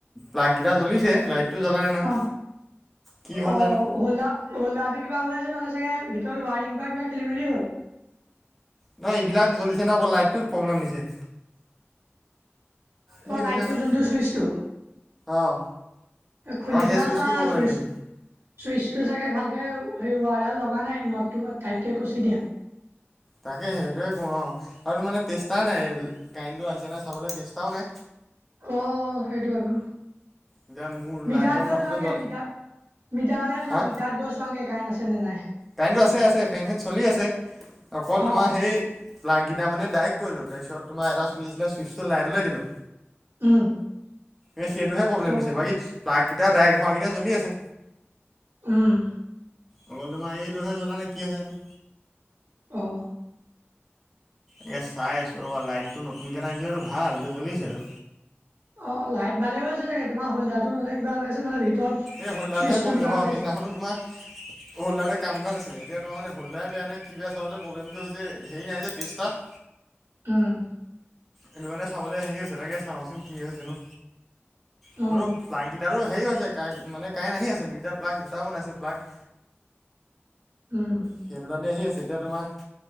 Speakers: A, in the centre; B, on the right (about 75°).
A: প্লাগ কেইটা জ্বলিছে লাইটটো জ্বলা নাই নহয়।
B: অ
A: কি হ'ল
B: অ',
A: জানো
B: হোল্ডাৰ-হোল্ডাৰ কিবা হৈ আছে নহ'লে চাগে, ভিতৰত ৱাৰিং কৰা কিবা খেলি মেলি হ'ল।
A: নহয় এইবিলাক জ্বলিছে ন অকৌ লাইটটো প্ৰব্লেম দিছে।
B: ব
A: কি হৈছে
B: লাইটো
A: জানো
B: যোনটো চুইচটো
A: অঁ
B: খুলি
A: অঁ
B: পেলাই
A: সেই চুইচটো
B: চা,
A: প্ৰব্লেম
B: চুইচ।
A: দিছে
B: চুইচটো চাগে ভালকে সেই ৱাৰডাল লগা নাই নদটো এবাৰ টাইটকে কুচি দিয়া।
A: তাকে সেইটোৱে ককৰোঁ আও আৰু মানে টেষ্টাৰ নাই কাৰেণ্টটো আহিছে নে নাই চাবলে টেষ্টাও নাই।
B: অ', সেইটো আৰু।
A: এতিয়া মোৰ লাইটৰ
B: মিটাৰত গৈ
A: মাথাটো
B: চোৱাগে
A: যোৱা
B: মিটাৰ, মিটাৰেলে যোৱা
A: হা
B: মিটাৰত গৈ চোৱাগে কাৰে কাৰেণ্ট আছে নে নাই?
A: কাৰেণ্টটো আছে আছে ফেন চেন চলি আছে, অকল তোমাৰ
B: অ
A: সেই লাগি তাৰমানে ডাইয়েক্ট কৰিলোঁ। তাৰপিছত তোমাৰ এটা ছুইচ আছিলে, ছুইচটো লাইটলে দিলোঁ।
B: উম
A: এ সেইটোহে প্ৰব্লেম
B: অ
A: দিছে। বাকী বা তিয়া ডাইৰেক্ট হোৱা কেটা জ্বলি আছে।
B: উম।
A: অকল তোমাৰ এইটোহে জ্বলা নাই। কি আছেনো?
B: অ'।
A: এ চাই আছোঁ ৰ'বা। লাইটটো নতুনকে এটা আনিছিলো ইটো ভাল। এইটো জ্বলিছেটো।
B: অ' লাইট ভালে হৈছে ছাগে, তোমাৰ হোলদাৰটো নহলে কিবা হৈ আছে নহ'লে ভিতৰত
A: এই হোলদাৰটোহে
B: চুইচটো
A: প্ৰব্লেম
B: কিবা
A: অ'।
B: হৈ
A: সেইদিনাখনো
B: আছে
A: তোমাৰ হোলদাৰটোৱে কাম কৰা নাছি লে। এতিয়া তোমাৰ মানে হলদাৰে বেয়া নে কি বেয়া চাবলে প্ৰবেমটো হৈছে, হেৰি নাই যে টেষ্টাৰ।
B: উম।
A: সেইটো কাৰণে চাবলে হেৰি হৈছে। তাকে চাওঁচোন কি হৈছেনো? বোলো
B: অ
A: প্লাগকিটাটো হেৰি হৈছে, কাৰেন- মানে কাৰেন আহি আছে। দুইটা প্লাগ- দুটা বনাইছোঁ প্লাগ।
B: উম
A: সেই দুটাতে আহি আছে। এতিয়া তোমাৰ